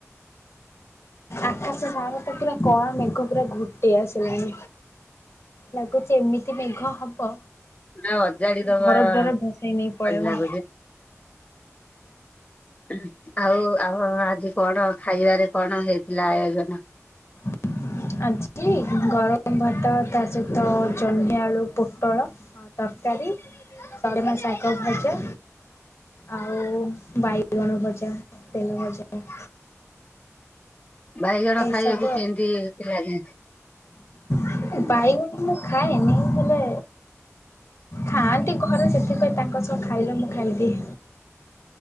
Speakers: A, on the left; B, on the left.
A: ଆକାଶ ସାରଟା ପୁରା କଳା ମେଘ ପୁରା ଘୁଟି ଆସିଲାଣି ଲାଗୁଛି ଏମିତି ମେଘ ହବ
B: ପୁରା ଅଜାଡି ଦବା
A: ଘର ଦ୍ଵାର ଭସେଇ ନେଇ
B: ପରି
A: ପଳେଇବ।
B: ଲାଗୁଛି ହୁଁ ଆଉ ଆଉ ଆଜି କଣ ଖାଇବାରେ କଣ ହେଇଥିଲା ଆୟୋଜନ?
A: <inaudible> ଆଜି ଗରମ ଭାତ ତା ସହିତ ଜହ୍ନି ଆଳୁ ପୋଟଳ ତରକାରୀ ସଜନା ଶାଗ ଭଜା ଆଉ ବାଇଗଣ ଭଜା, ତେଲ ଭଜା।
B: ବାଇଗଣ
A: ଏଇସବୁ
B: ଖାଇବାକୁ କେମିନ୍ତି ଲାଗେ?
A: ଆଉ ବାଇଗଣ ମୁଁ ଖାଏନି ହେଲେ ଖାଆନ୍ତି ଘରେ ସେଥିପାଇଁ ତାଙ୍କ ସହ ଖାଇଲେ ମୁଁ ଖାଇଦିଏ।